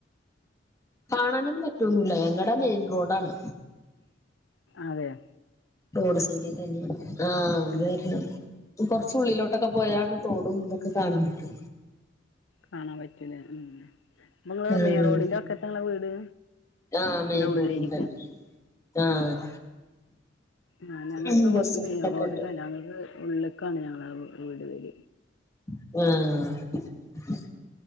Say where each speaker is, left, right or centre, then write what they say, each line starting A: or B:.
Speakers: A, on the left (about 15°); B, on the left (about 85°).
A: കാണാനൊന്നും പറ്റൂന്നുല്ലാ ഞങ്ങടെ മെയിൻ റോഡാണ്.
B: അതെയാ
A: റോഡ് സൈഡിൽ തന്നെയാണ് ആഹ്
B: ഉം
A: വേർണം കൊറച്ച് ഉള്ളിലോട്ടൊക്കെ പോയാരാണ് തോടും ഇതൊക്കെ കാണാൻ പറ്റു.
B: കാണാൻ പറ്റൂലേ ഉം നിങ്ങള്
A: ആഹ്
B: മേ റോഡിന്റെ ഒക്കത്തിങ്ങളെ വീട്.
A: ആഹ് മെയിൻ
B: അത് ഉള്ളേരിക്ക
A: റോഡിന്റെ ആഹ്
B: ഉം. ആഹ് ഞങ്ങക്ക്
A: ഉം ബുദ്ധിമുട്ടൊക്കെ
B: കൊറച്ച് മെയിൻ റോഡിലല്ല
A: ഉണ്ട്
B: ഞങ്ങൾക്ക് ഉള്ളേക്കാണ് ഞങ്ങള വീട് വേര
A: ആഹ്.